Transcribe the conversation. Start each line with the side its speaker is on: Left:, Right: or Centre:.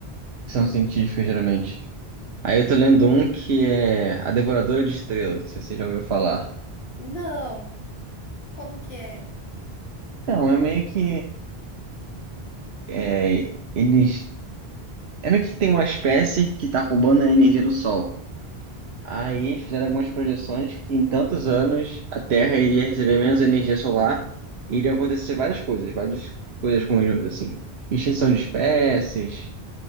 Right: ficção
Left: Uhum.
Right: científica, geralmente. Aí eu tô lendo um que é A Devoradora de Estrelas, se você já ouviu falar.
Left: Não. Como que é?
Right: Então, é meio que. É, eles É meio que tem uma espécie que está roubando a energia do Sol. Aí eles fizeram algumas projeções que em tantos anos a Terra iria receber menos energia solar e iriam acontecer várias coisas, várias coisas conjuntas, assim. Extinção de espécies